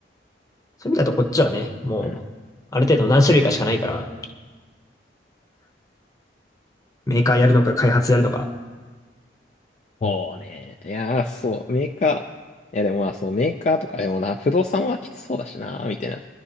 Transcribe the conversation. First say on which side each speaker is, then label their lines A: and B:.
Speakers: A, on the left; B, on the left.
A: そういう意味だとこっちはね、もう、
B: うん
A: ある程度何種類かしかないから、メーカーやるのか開発やるのか。
B: そうね。いやー、そう、メーカー、いやでもまあ、そう、メーカーとかでもな、不動産はきつそうだしな、みたいな。